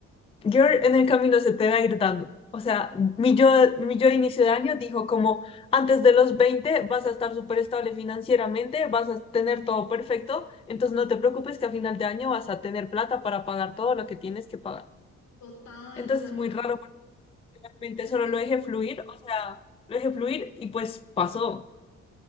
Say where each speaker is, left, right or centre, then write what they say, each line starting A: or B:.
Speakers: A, on the left; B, on the left.
A: Girl en el camino se te va a ir dando. O sea, mi yo, mi yo de inicio de año dijo como antes de los 20 vas a estar súper estable financieramente, vas a tener todo perfecto, entonces no te preocupes que a final de año vas a tener plata para pagar todo lo que tienes que pagar.
B: Total,
A: Entonces
B: o sea,
A: es
B: cuan-
A: muy raro, porque realmente
B: es
A: solo
B: muy,
A: lo dejé fluir, o sea, lo dejé fluir y pues pasó.